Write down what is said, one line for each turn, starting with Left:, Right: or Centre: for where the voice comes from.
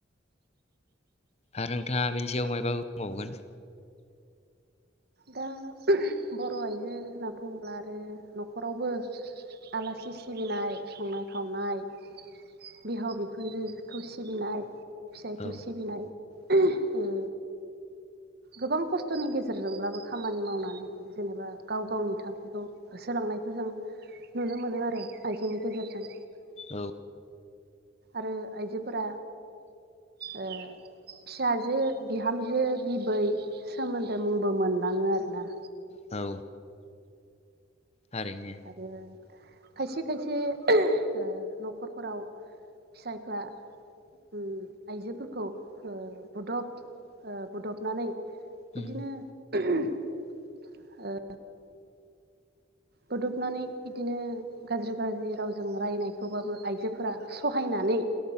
Left: आरो नोंथाङा बेनि सायाव मायबा बुंबावगोन
Right: दा बर' आइजो होनना बुङोब्ला आरो न'खरावबो आलासि सिबिनाय संनाय खावनाय बिहाव बिखुनजोखौ सिबिनाय फिसाइखौ
Left: औ
Right: सिबिनाय उम गोबां कस्थनि गेजेरजोंब्लाबो खामानि मावनानै जेनेबा गाव गावनि थांखिखौ होसोलांनायखौ जों नुनो मोनो आरो आइजोनि गेजेरजों
Left: औ
Right: आरो आइजोफोरा ओ फिसाजो बिहामजो बिबै सोमोन्दो मुंबो मोनलाङो आरोना
Left: औ थारैनो
Right: आरो खायसे खायसे ओ नखरफोराव फिसाइफ्रा उम आइजोफोरखौ ओ बुदब बुदबनानै बिदिनो
Left: उम
Right: <unintelligible> ओ‌। बोदबनानै इदिनो गाज्रि गाज्रि रावजों रायनायखौबाबो आइजोफोरा सहायनानै